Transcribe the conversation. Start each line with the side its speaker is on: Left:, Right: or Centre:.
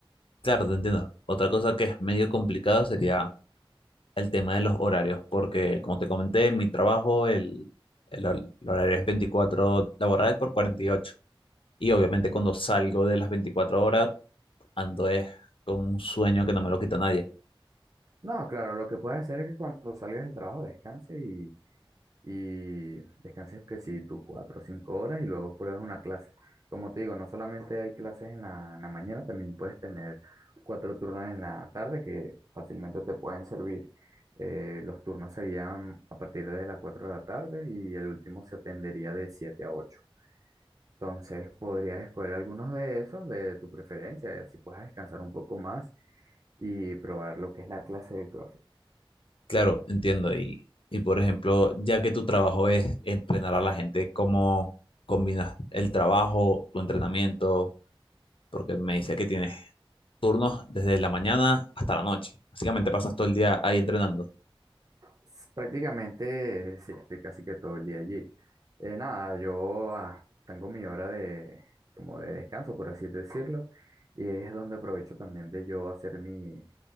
Left: Claro, te entiendo. Otra cosa que es medio complicado sería el tema de los horarios, porque como te comenté, en mi trabajo el, el hor- el horario es 24 laborales por cuarenta Y ocho y obviamente cuando salgo de las 24 horas, ando es con un sueño que no me lo quita nadie.
Right: No, claro, lo que puedes hacer es que cuando salgas del trabajo descanse y descanses que si tus cuatro o cinco horas y luego pruebes una clase. Como te digo, no solamente hay clases en la, en la mañana, también puedes tener cuatro turnos en la tarde que fácilmente te pueden servir. Eh, los turnos serían a partir de las 4 de la tarde y el último se atendería de 7 a ocho Entonces podrías escoger algunos de esos de tu preferencia y así puedas descansar un poco más y probar lo que es la clase de CrossFit.
Left: Claro, entiendo. Y, y por ejemplo, ya que tu trabajo es entrenar a la gente, ¿cómo combinas el trabajo, tu entrenamiento? Porque me dice que tienes turnos desde la mañana hasta la noche. Básicamente pasas todo el día ahí entrenando.
Right: S- Prácticamente, sí, estoy casi que todo el día allí. Eh, nada, yo ah, tengo mi hora de, como de descanso, por así decirlo, y ahí es donde aprovecho también de yo hacer mi,